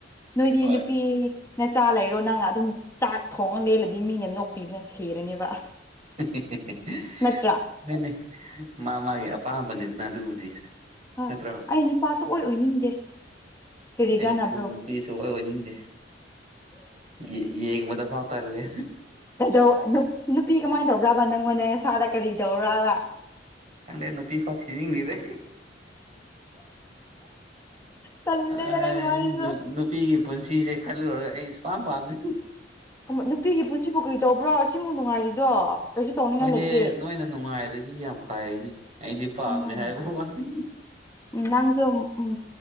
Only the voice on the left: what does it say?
ꯅꯣꯏꯗꯤ
ꯅꯨꯄꯤ ꯅꯆꯥ ꯂꯩꯔꯣ ꯅꯪ ꯑꯗꯨꯝ ꯆꯥꯛ ꯊꯣꯡꯉ ꯂꯦꯜꯂꯤ ꯗꯤ ꯃꯤꯅ ꯅꯣꯛꯄꯤꯕꯅ ꯁꯤꯔꯅꯦꯕ
ꯅꯠꯇ꯭ꯔ
ꯍꯣꯏ
ꯑꯩ ꯅꯨꯄꯥ ꯁꯨ ꯑꯣꯏ ꯑꯣꯏꯅꯤꯡꯗꯦ ꯀꯔꯤ
ꯀꯥꯟꯅꯕ꯭ꯔꯣ
ꯅꯨ <unintelligible> ꯅꯨꯄꯤ ꯀꯃꯥꯏꯅ ꯇꯧꯕ꯭ꯔꯥꯕ ꯅꯪꯉꯣꯟꯅꯦ ꯅꯁꯥꯗ ꯀꯔꯤ ꯇꯧꯔꯕ
ꯇꯜꯂꯦꯗ
ꯅꯪꯒꯤ ꯋꯥꯔꯤꯁꯨ
ꯅꯨꯄꯤꯒꯤ ꯄꯨꯟꯁꯤꯕꯨ ꯀꯔꯤ ꯇꯧꯕ꯭ꯔꯣ ꯁꯤꯃꯨꯛ ꯅꯨꯡꯉꯥꯏꯔꯤꯗꯣ ꯀꯩꯁꯨ ꯇꯧꯅꯤꯡꯉꯥꯏ
ꯂꯩꯇꯦ
ꯎꯝ
ꯎꯝ ꯅꯪꯁꯨ ꯎꯝ